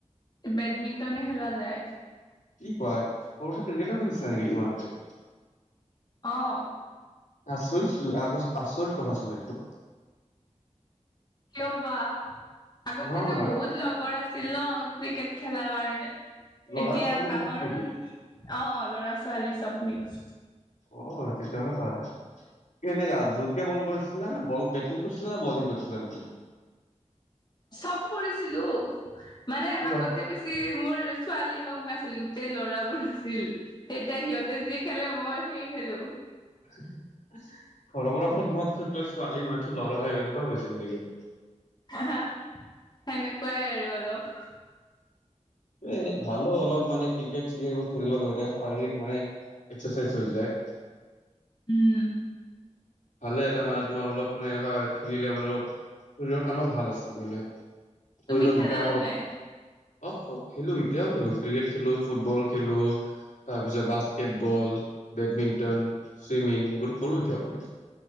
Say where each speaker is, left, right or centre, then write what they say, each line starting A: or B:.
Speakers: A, on the left; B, on the left.
A: বেডমিণ্টনে খেলা যায়।
B: কি কয়, সৰুতো ক্ৰিকেটও খেলিছিল নেকি তোমালোকে?
A: অ'।
B: আচৰিত, আচৰিত কথাচোন এইটো।
A: কিয় বা, আগতেতো
B: নহয়
A: বহুত লগৰ আ ছিল ন, ক্ৰিকেট খেলা কাৰণে,
B: ল'ৰা
A: এতিয়া
B: ছোৱালী
A: ডাঙৰ
B: মিক্স নেকি?
A: অ', অ' ল'ৰা-ছোৱালী চব মিক্স।
B: অ', তেতিয়া হ'লে পাৰে। কেনেকুৱা জোৰকে বল কৰিছিলা না, বল বেটিং কৰিছিল না, বলিং কৰিছিল তুমি?
A: চব কৰিছিলো, মানে
B: কি কয়
A: আগতে বেছি ছি মোৰ ছোৱালী লগ নাছিল, গোটেই ল'ৰাবোৰ আছিল তেতিয়া সিহঁতে যি খেলে, মইও সেই খেলো।
B: ঘৰ পৰা তোমাক তই ছোৱালী নহয়, তই ল'ৰা হয়, এনেকুৱা কৈছিল নেকি?
A: হা, সেনেকুৱাই আৰু অলপ।
B: এই, ভালো অলপ মানে ক্ৰিকেট চিকেট এইবোৰ খেলিব লাগে, শাৰীৰিক মানে এক্সাৰচাইজ হৈ যায়।
A: উম।
B: ভালে তাৰ মানে তোমাৰ অলপ মানে এনেকুৱা খেলিলে মানে অলপ, শৰীৰৰ কাৰণেও ভাল আছে, মানে শৰীৰৰ
A: তুমি খেলা
B: বিকাশ
A: নে
B: অলপ
A: নাই?
B: অ', খেলো, এতিয়াও খেলো ক্ৰিকেট খেলো, ফুটবল খেলো। তাৰপিছত বাস্কেটবল, বেডমিণ্টন চুইমিং এইবোৰ কৰোঁ এতিয়াও।